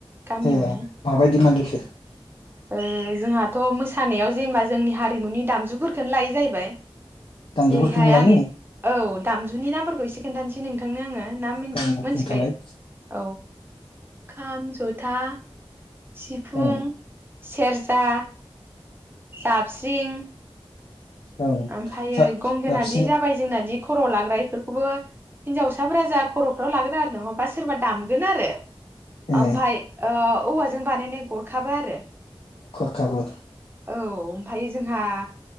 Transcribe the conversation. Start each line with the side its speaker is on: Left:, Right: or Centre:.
Right: गामियावनो
Left: ए माबायदि मागिखो
Right: ओ जोंहाथ' मोसा सानायाव जेनेबा जोंनि हारिमुनि दामजुफोरखौनो लायो जाहैबाय
Left: दामजुफोरखौनो
Right: जेरैहाय
Left: लायो
Right: आङि औ दामजुनि नामफोरखौ एसे खोनथानोसै नों थांनो आङो ना मिन
Left: ओं नोंथालाय
Right: मोनथिखायो खाम जथा सिफुं
Left: ओं
Right: सेरजा जाबस्रिं
Left: ओं
Right: ओमफ्रायो
Left: जाबस्रिं
Right: गंगोनादि जाबाय जोंनादि खर' लाग्रा इफोरखौबो हिन्जावसाफोरा जा खर'फ्राव लागोन आरो नङाबा सोरबा दामगोन आरो
Left: ए
Right: ओमफाय ओ औवाजों बानायनाय गरखाबो आरो
Left: खरखाबो
Right: औ ओमफ्राय जोंहा